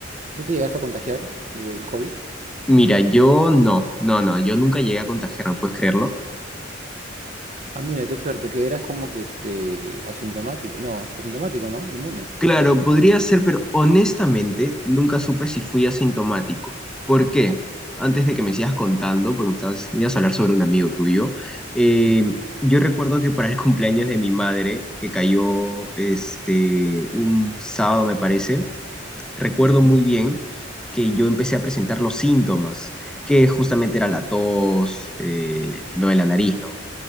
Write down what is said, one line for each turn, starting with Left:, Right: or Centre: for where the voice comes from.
Right: ¿Tú te llegaste a contagiar del COVID?
Centre: Mira, yo no, no, no, yo nunca llegué a contagiarme, ¿puedes creerlo?
Right: Ah, mira, qué suerte, que eras como que este asintomático, no, asintomático, ¿no? Inmune.
Centre: Claro, podría ser, pero honestamente nunca supe si fui asintomático. ¿Por qué? Antes de que me sigas contando, porque me estabas, me ibas a hablar sobre un amigo tuyo, eh,
Right: Sí.
Centre: yo recuerdo que para el <laughs> cumpleaños de mi madre, que cayó este, un sábado, me parece, recuerdo
Right: Ya.
Centre: muy bien que yo empecé a presentar los síntomas, que justamente era la tos, eh, lo de la nariz, ¿no?